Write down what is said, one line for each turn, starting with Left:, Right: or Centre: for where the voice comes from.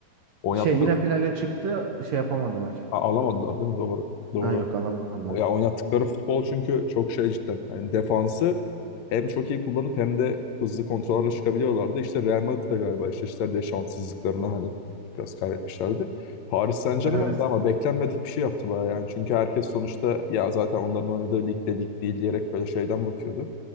Left: Oynattılar.
Right: Şey yine finale çıktı şey yapamadılar.
Left: A- Alamadılar değil mi? Doğru. Doğru.
Right: Ha yok alamadılar.
Left: Ya oynattıkları futbol çünkü çok şey cidden. Hani defansı hem çok iyi kullanıp hem de hızlı kontrollerle çıkabiliyorlardı. İşte Real Madrid de galiba eşleştiler diye şanssızlıklarına hani biraz kaybetmişlerdi. Paris Saint-Germain
Right: Evet.
Left: de ama beklenmedik bir şey yaptı bayağı yani. Çünkü herkes sonuçta ya zaten onların oynadığı lig de lig değil diyerek böyle şeyden bakıyordu.